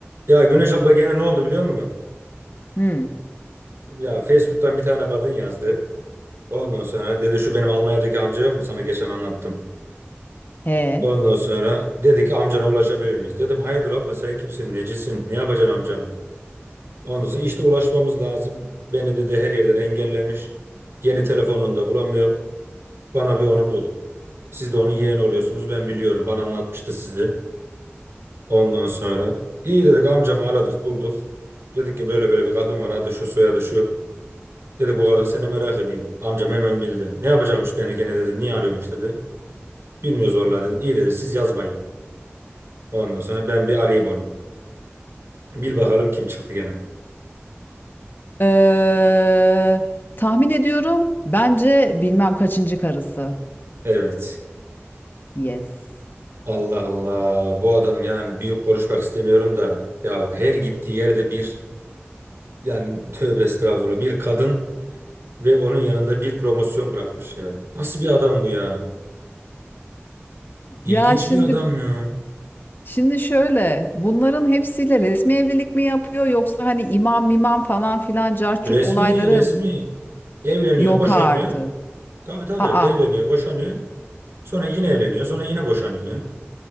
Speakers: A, on the right; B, on the left.
A: Ya Güneş abla gene ne oldu biliyor musun?
B: Hmm.
A: Ya Facebook'tan bir tane kadın yazdı. Ondan sonra dedi şu benim Almanya'daki amca yok mu sana geçen anlattım.
B: He.
A: Ondan sonra dedi ki amcana ulaşabilir miyiz? Dedim hayırdır abla sen kimsin necisin ne yapacaksın amcamı? Ondan sonra işte ulaşmamız lazım. Beni dedi her yerden engellemiş. Yeni telefonunu da bulamıyorum. Bana bir onu bul. Siz de onun yeğeni oluyorsunuz ben biliyorum bana anlatmıştı sizi. Ondan sonra iyi dedik amcamı aradık bulduk. Dedik ki böyle böyle bir kadın var adı şu soyadı şu. Dedi bu kadın seni merak ediyor. Amcam hemen bildi. Ne yapacakmış beni gene dedi. Niye arıyormuş dedi. Bilmiyoruz vallahi dedim. İyi dedi siz yazmayın. Ondan sonra ben bir arayayım onu. Bil bakalım kim çıktı gene.
B: Ee, tahmin ediyorum. Bence bilmem kaçıncı karısı.
A: Evet.
B: Yes.
A: Allah Allah. Bu adam yani büyük konuşmak istemiyorum da. Ya her gittiği yerde bir yani tövbe estağfurullah bir kadın ve onun yanında bir promosyon bırakmış ya. Nasıl bir adam bu ya? İlginç
B: Ya şimdi
A: bir adam ya.
B: şimdi şöyle. Bunların hepsiyle resmi evlilik mi yapıyor yoksa hani imam mimam falan filan carçurt
A: Resmi
B: olayları
A: resmi evleniyor
B: yok
A: boşanıyor.
B: artık.
A: Tabii tabii
B: Aa.
A: evleniyor boşanıyor. Sonra yine evleniyor, sonra yine boşanıyor.